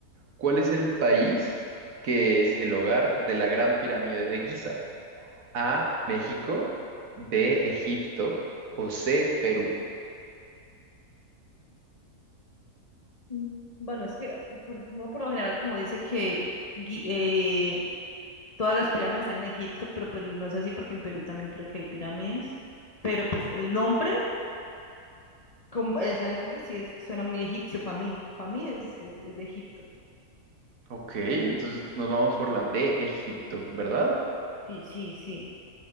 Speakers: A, on the right; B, on the left.
A: ¿Cuál es el país que es el hogar de la Gran Pirámide de Giza? A, México, B, Egipto o C, Perú.
B: Mm, Bueno, es que por, uno por lo general como dice que gui- eh, todas las pirámides están en Egipto, pero pues no es así porque en Perú también creo que hay pirámides. Pero pues el nombre, como, eh, o sea, el nombre sí es- suena muy egipcio para mí. Para mí es, es- es de Egipto.
A: Ok, entonces nos vamos por la B, Egipto, ¿verdad?
B: Sí, sí, sí.